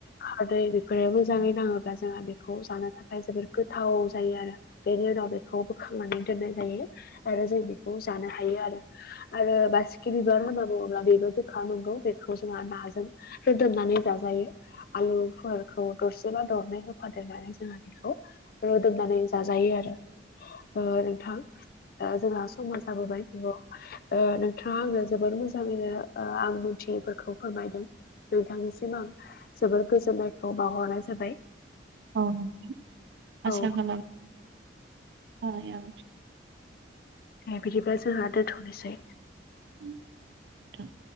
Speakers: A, on the left (about 50°); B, on the right (about 65°).
A: खारदै बेफोरबो मोजाङै नाङोब्ला जानो जोंहा बेखौ जानो थाखाय जोबोर गोथाव जायो आरो बेनि उनाव बेखौ बोखांनानै दोननाय जायो आरो जों बेखौ जानो हायो आरो। आरो बासिकि बिबार होनना बुङोब्ला बेबो गोखा नांगौ बेखौ जोंहा नाजों रोदोमनानै जाज जायो आलुफोरखौ दरसेबा दरनै होफादेरनानै जोङो बेखौ रुदोमनानै जाजायो आरो ओ नोंथां जोंहा समा जाबोबाय नंगौ ओ नोंथाङा आंनो जोबोर मोजाङैनो ओ आं मोनथियैफोरखौ फोरमायदों। नोंथांनिसिम आं जोबोर गोजोननायखौ बावहरनाय जाबाय।
B: औ नोंथां आसा
A: औ
B: खालाम थाबाय औ
A: दे बिदिबा जोंहा दोन्थ'नोसै।
B: नोंथां